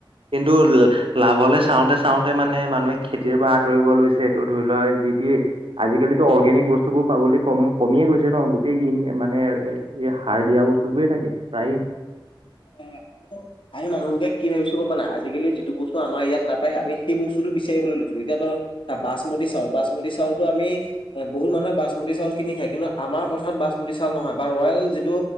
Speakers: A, on the right (about 85°); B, on the left (about 70°).
A: কিন্তু লাভলে চাওঁতে চাওঁতে মানে মানুহে খেতিৰ পৰা আঁতৰিব লৈছে এইটো ধৰি লও যি ে <unintelligible> আজিকালিতো অৰ্গেনিক বস্তু বোৰ পাবলৈ কম কমিয়ে গৈছে ন গোটেই ইন মানে এ এই সাৰ দিয়া বস্তু। চবে থাকে প্ৰায়ে।
B: অ', আৰু আমি মানুহবোৰে কি ভাবিছো গম পানা আজিকালি যি যিটো বস্তু আমাৰ ইয়াত নাপায় আম সেই বস্তুটো বিচাৰিব লো এতিয়া তো বাচমতি চাউল, বাচমততি চাউলতো আমি বহুত মানুহে বাচমতি চাউল কিনি খায় কিন্তু আমাৰ পথাৰত বাচমতি চউল নহয় বা ৰয়েল যিটো